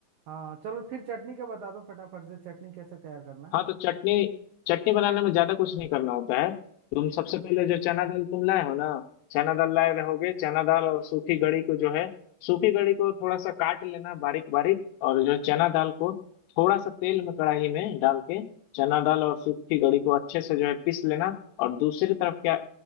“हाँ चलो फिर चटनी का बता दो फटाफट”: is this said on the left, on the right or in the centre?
Right